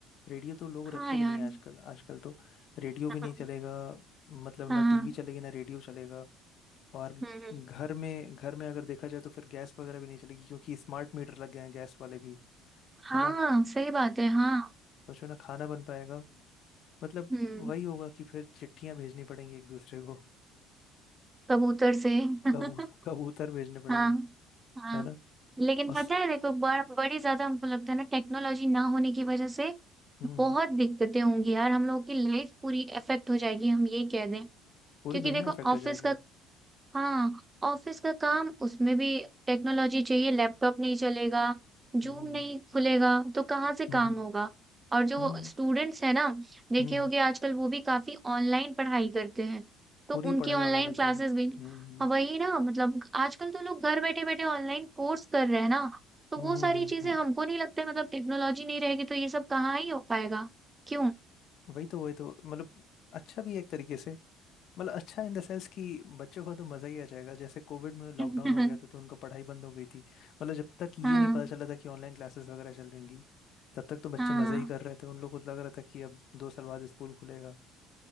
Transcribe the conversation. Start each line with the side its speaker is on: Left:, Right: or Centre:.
Left: रेडियो तो लोग
Right: हाँ
Left: रखे
Right: यार
Left: भी नहीं हैं
Right: <laughs>
Left: आजकल आजकल तो रेडियो भी
Right: हाँ
Left: नहीं चलेगा मतलब
Right: हाँ
Left: ना टीवी चलेगी ना रेडियो चलेगा और
Right: हम्म
Left: घर में घर में अगर देखा जाए तो फिर गैस वगैरह भी नहीं चलेगी क्योंकि स्मार्ट मीटर लग गए हैं गैस वाले भी
Right: हाँ
Left: है ना
Right: सही बात है हाँ
Left: सोचो ना खाना बन पाएगा मतलब
Right: हम्म
Left: वही होगा कि फिर चिट्ठियां भेजनी पड़ेंगी एक दूसरे को
Right: कबूतर से <laughs>
Left: कबू कबूतर भेजने पड़ेंगे
Right: हाँ हाँ
Left: है ना
Right: लेकिन
Left: बस
Right: पता है देखो बड़, बड़ी ज्यादा हमको लगता है ना टेक्नोलॉजी ना होने की वजह से
Left: हम्म
Right: बहुत दिक्कतें होंगी यार हम लोगों की लाइफ पूरी अफेक्ट हो जाएगी हम ये कह दें
Left: पूरी
Right: क्योंकि
Left: दुनिया
Right: देखो
Left: अफेक्ट
Right: ऑफिस
Left: हो जाएगी
Right: का हाँ ऑफिस का काम उसमें भी टेक्नोलॉजी चाहिए लैपटॉप नहीं चलेगा जूम
Left: हम्म
Right: नहीं खुलेगा तो कहाँ से काम
Left: हम्म
Right: होगा और जो
Left: हम्म
Right: स्टूडेंट्स है ना देखे
Left: हम्म
Right: होगे आजकल वो भी काफी ऑनलाइन पढ़ाई करते हैं तो
Left: पूरी
Right: उनकी
Left: पढ़ाई
Right: ऑनलाइन
Left: ऑनलाइन होती
Right: क्लासेस
Left: है हम्म
Right: भी
Left: हम्म
Right: हाँ, वही ना मतलब आजकल तो लोग घर बैठे बैठे ऑनलाइन कोर्स कर रहे हैं ना तो
Left: हम्म
Right: वो
Left: हम्म
Right: सारी
Left: हम्म,
Right: चीजें
Left: हम्म।
Right: हमको नहीं लगता है, मतलब टेक्नोलॉजी नहीं रहेगी तो ये सब कहाँ ही हो पाएगा क्यों
Left: वही तो वही तो मतलब अच्छा भी है एक तरीके से मतलब अच्छा इन द सेंस कि बच्चों को तो मजा ही आ जाएगा जैसे कोविड में लॉकडाउन
Right: <laughs>
Left: हो गया था तो उनका पढ़ाई बंद हो गई थी मतलब जब तक ये
Right: हाँ
Left: नहीं पता चला था कि ऑनलाइन क्लासेस वगैरह चल रही तब तक तो बच्चे
Right: हाँ
Left: मजे ही कर रहे थे उन लोगों को लग रहा था कि अब दो साल बाद स्कूल खुलेगा